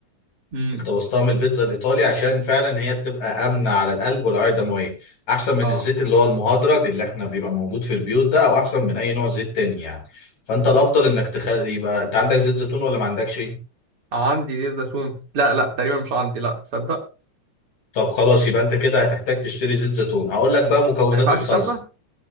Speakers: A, on the right; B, on the left.
A: امم
B: اقتبستها من البيتزا الايطالي عشان فعلا هي بتبقى امنه على القلب والاوعيه الدمويه احسن من
A: اه
B: الزيت اللي هو المهدرج اللي احنا بيبقى موجود في البيوت ده او احسن من اي نوع زيت تاني يعني فانت الافضل انك تخلي يبقى انت عندك زيت زيتون ولا ما عندكش
A: عندي زيت زيتون لا لا تقريبا مش عندي لا صدق
B: طب خلاص يبقى انت كده هتحتاج تشتري زيت زيتون هقول لك بقى مكونات
A: ما ينفعش
B: الصلصه
A: سمنه